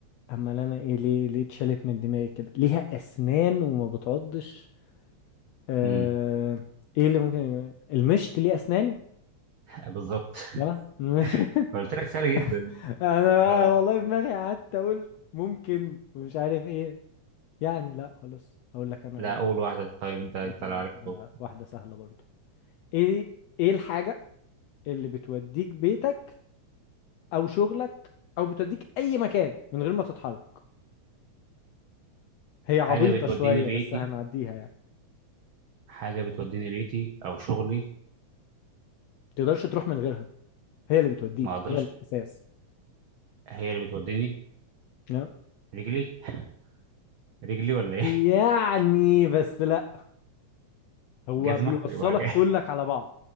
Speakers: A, on the left (about 75°); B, on the right (about 65°).
A: اما انا ايه ليه ليه اتشالت من دماغي كده ليها اسنان وما بتعضش آه...
B: امم
A: ايه اللي ممكن يبقى المشط ليه اسنان
B: بالظبط
A: لا <laughs>
B: <laughs> قلت لك سهله جدا
A: انا بقى
B: آه
A: والله دماغي قعدت اقول ممكن ومش عارف ايه يعني لا خلاص هقول لك انا
B: لا
A: هقول
B: اول واحده طيب انت انت
A: لك انا
B: اللي عليك
A: واحده
B: الدور
A: واحده سهله برضو ايه ايه الحاجه اللي بتوديك بيتك او شغلك او بتوديك اي مكان من غير ما تتحرك هي
B: حاجه
A: عبيطه
B: بتوديني
A: شويه
B: بيتي
A: بس هنعديها يعني
B: حاجه بتوديني بيتي او شغلي
A: ما تقدرش تروح من غيرها هي اللي بتوديك
B: ما اقدرش
A: هي الاساس
B: هي اللي بتوديني
A: لا
B: رجلي <laughs> رجلي ولا ايه <laughs>
A: يعني بس لا هو
B: جزمه
A: بيوصلك
B: يبقى كده.
A: كلك على بعض